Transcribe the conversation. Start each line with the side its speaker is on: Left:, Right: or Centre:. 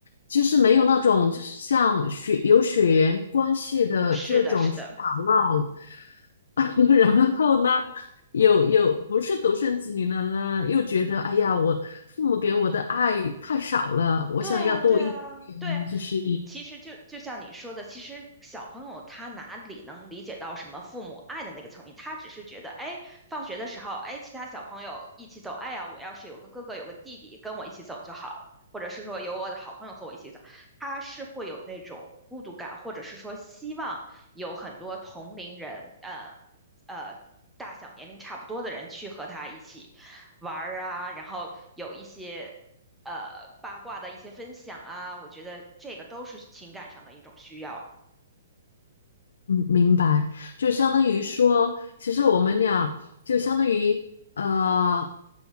Left: 就是没有那种就是像血有血缘关系的这种去打闹。
Centre: 是的，是的。
Left: <laughs> 然后呢，有有不是独生子女的呢，又觉得哎呀，我父母给我的爱太少了，我想要多一点，
Centre: 对啊，对啊，对啊。
Left: 就是。
Centre: 其实就就像你说的，其实小朋友他哪里能理解到什么父母爱的那个层面？他只是觉得，哎，放学的时候，哎，其他小朋友一起走，哎呀，我要是有个哥哥有个弟弟跟我一起走就好了，或者是说有我的好朋友和我一起走，他是会有那种孤独感，或者是说希望有很多同龄人，呃呃。大小年龄差不多的人去和他一起玩儿啊，然后有一些呃八卦的一些分享啊，我觉得这个都是情感上的一种需要，
Left: 嗯，明白，就相当于说，其实我们俩就相当于呃，